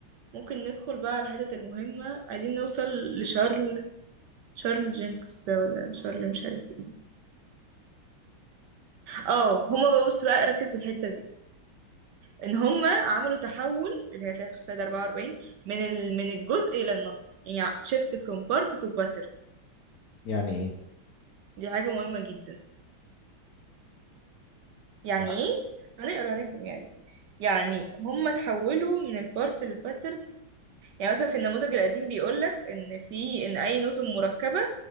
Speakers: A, on the right; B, on the left.
A: ممكن ندخل بقى على الحتت المهمة عايزين نوصل لشارل شارل جينكس ده ولا شارل مش عارف ايه اه هما بقى بص بقى ركز في الحتة دي ان هما عملوا تحول اللي هي هتلاقيها في السلايد 44 من ال... من الجزء الى النسق يعني shift from part to pattern
B: يعني ايه
A: دي حاجة مهمة جدا يعني
B: ما-
A: ايه هنقرا نفهم يعني يعني هم تحولوا من البارت للباترن يعني مثلا في النموذج القديم بيقول لك ان في ان اي نظم مركبه